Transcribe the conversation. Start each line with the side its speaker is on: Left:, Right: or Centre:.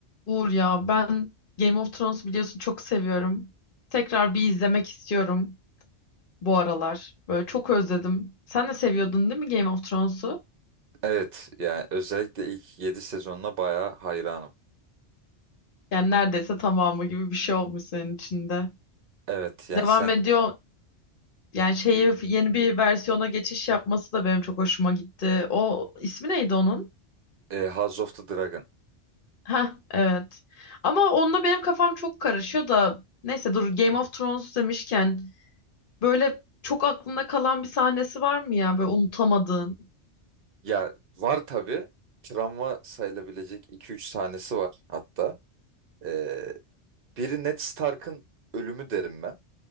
Left: Uğur ya ben Game of Thrones biliyorsun çok seviyorum. Tekrar bir izlemek istiyorum bu aralar. Böyle çok özledim. Sen de seviyordun değil mi Game of Thrones'u?
Right: Evet yani özellikle ilk 7 sezonuna bayağı hayranım.
Left: Yani neredeyse tamamı gibi bir şey olmuş senin içinde.
Right: Evet yani
Left: Devam
Right: sen
Left: ediyor. Yani şeyi yeni bir versiyona geçiş yapması da benim çok hoşuma gitti. O ismi neydi onun?
Right: e, House of the Dragon.
Left: Ha evet. Ama onunla benim kafam çok karışıyor da neyse dur Game of Thrones demişken böyle çok aklında kalan bir sahnesi var mı ya böyle unutamadığın?
Right: Ya var tabii travma sayılabilecek iki üç sahnesi var hatta. E, biri Ned Stark'ın ölümü derim ben.